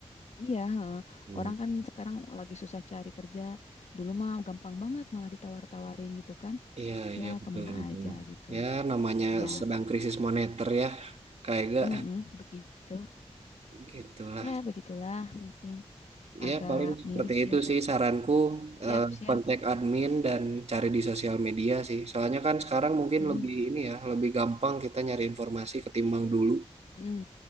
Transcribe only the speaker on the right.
Hmm.
iya iya
betul
betul
ya namanya
sedang krisis moneter ya kayak gak
gitulah
ya
paling seperti
itu
sih saranku
eh,
kontak admin dan cari di sosial media sih soalnya kan sekarang mungkin
lebih ini ya lebih gampang kita nyari informasi ketimbang dulu